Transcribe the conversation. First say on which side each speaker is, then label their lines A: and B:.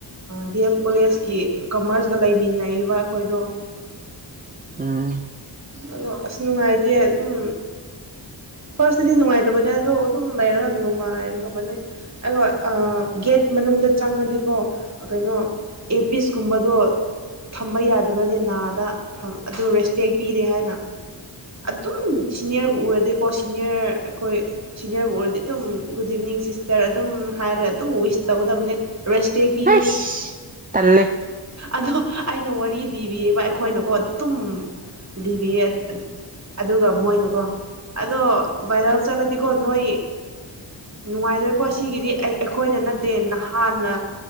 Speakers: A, on the right (about 35°); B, on the right (about 20°).
A: ꯗꯤ ꯑꯦꯝ ꯀꯣꯂꯦꯖꯀꯤ ꯀꯃꯔꯁꯀ ꯂꯩꯃꯤꯟꯅꯔꯤꯕ ꯑꯩꯈꯣꯏꯗꯣ <inaudible>
B: ꯎꯝ
A: ꯑꯗꯣ ꯑꯁ ꯅꯨꯡꯉꯥꯏꯇꯦ ꯑꯗꯨꯝ ꯐꯥꯔꯁꯇꯤꯗꯤ ꯅꯨꯡꯉꯥꯏꯇꯕꯅꯦ ꯑꯗꯣ ꯑꯗꯨꯝ ꯂꯩꯔꯒ ꯅꯨꯡꯉꯥꯏꯈꯕꯅꯦ ꯑꯩ ꯍꯣꯏ ꯒꯦꯠ ꯃꯅꯨꯡꯗ ꯆꯪꯉꯗꯤꯀꯣ ꯀꯩꯅꯣ ꯑꯦꯄꯤꯁꯀꯨꯝꯕꯗꯣ ꯊꯝꯕ ꯌꯥꯗꯕꯅꯤ ꯅꯥꯗ ꯑꯗꯨ ꯔꯦꯁꯄꯦꯛ ꯄꯤꯗꯦ ꯍꯥꯏꯅ ꯑꯗꯨꯝ ꯁꯤꯅꯤꯌꯔꯕꯨ ꯎꯔꯗꯤꯀꯣ ꯁꯤꯅꯤꯌꯔ ꯑꯩꯈꯣꯏ ꯁꯤꯅꯤꯌꯔꯕꯨ ꯑꯣꯏꯔꯗꯤ ꯑꯗꯨꯝ ꯒꯨꯗ ꯏꯚꯤꯅꯤꯡ ꯁꯤꯁꯇꯔ ꯑꯗꯨꯝ ꯍꯥꯏꯔꯒ ꯑꯗꯨꯝ ꯋꯤꯁ ꯇꯧꯒꯗꯕꯅꯦ ꯔꯦꯁꯄꯦꯛ ꯄꯤꯕꯅꯦ
B: ꯑꯩꯁ ꯇꯜꯂꯦ
A: ꯑꯗꯣ ꯑꯩꯅ ꯋꯥꯔꯤ ꯂꯤꯕꯤꯌꯦꯕ ꯑꯩꯈꯣꯏꯅꯀꯣ ꯑꯗꯨꯝ ꯂꯤꯕꯤꯌꯦ ꯑꯗꯨꯒ ꯃꯣꯏꯅꯀꯣ ꯑꯗꯣ ꯚꯥꯏꯔꯦꯜ ꯆꯠꯂꯗꯤꯀꯣ ꯅꯣꯏ ꯅꯨꯡꯉꯥꯏꯔꯣꯏꯀꯣ ꯁꯤꯒꯤꯗꯤ ꯑꯩꯈꯣꯏꯅ ꯅꯠꯇꯦ ꯅꯍꯥꯟꯅ